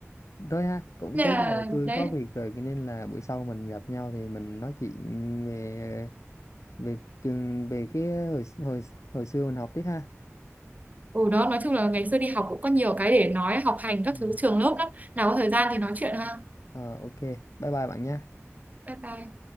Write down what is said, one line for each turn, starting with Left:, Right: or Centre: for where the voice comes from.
Left: thôi ha cũng
Right: Nên
Left: tới
Right: là
Left: giờ tôi
Right: đấy.
Left: có việc rồi cho nên là buổi sau mình gặp nhau thì mình nói chuyện về về trường về cái hồi hồi hồi xưa mình học tiếp ha
Right: Ừ đó, nói chung là ngày xưa đi học cũng có nhiều cái để nói, học hành các
Left: Ừ.
Right: thứ trường lớp lắm. Nào có thời gian thì nói chuyện ha.
Left: Ờ, ok bye bye bạn nhé
Right: Bye bye.